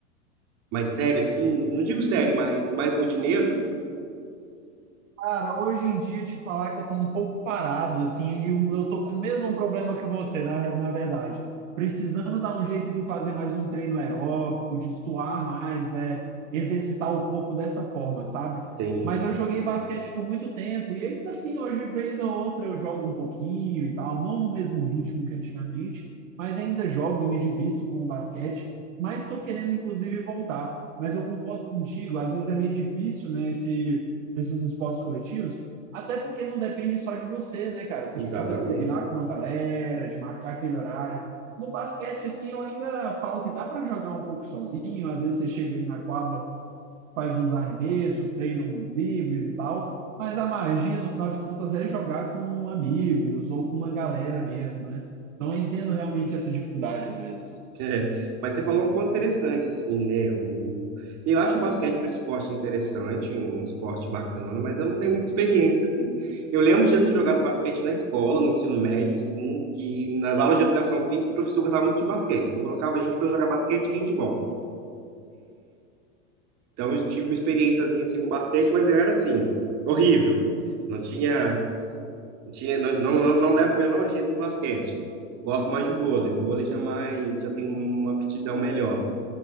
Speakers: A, on the right; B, on the right.
A: mais sério assim? Não digo sério, mas mais rotineiro?
B: Cara, hoje em dia te falar que eu tô um pouco parado, assim, e eu, eu tô com o mesmo problema que você, na, re- na verdade. Precisando dar um jeito de fazer mais um treino aeróbico, de suar mais, é, exercitar o corpo dessa forma, sabe?
A: Entendi.
B: Mas eu joguei basquete por muito tempo, e ainda assim, hoje, vez ou outra, eu jogo um pouquinho e tal, não no mesmo ritmo que antigamente, mas ainda jogo e me divirto com o basquete, mas tô querendo, inclusive, voltar. Mas eu concordo contigo, às vezes é meio difícil, né, esse desses esportes coletivos, até porque não depende só de você, né, cara? Você precisa
A: Exatamente.
B: combinar com uma galera, de marcar aquele horário. No basquete, assim, eu ainda falo que dá para jogar um pouco sozinho. Às vezes você chega ali na quadra, faz uns arremessos, treina uns dribles e tal. Mas a magia, no final de contas, é jogar com amigos ou com uma galera mesmo, né? Então eu entendo realmente essa dificuldade às vezes.
A: É, mas você falou um ponto interessante, assim, né? O, eu acho o basquete um esporte interessante, um esporte bacana, mas eu não tenho muita experiência, assim. Eu lembro de já ter jogado basquete na escola, no ensino médio, assim, que nas aulas de educação física o professor gostava muito de basquete, então colocava a gente para jogar basquete e handebol. Então eu tive uma experiênciazinha, assim, com basquete, mas eu era, assim, horrível. Não tinha, não tinha, não, não, não não levo o menor jeito do basquete. Gosto mais de vôlei, vôlei já mais, já tem uma aptidão melhor.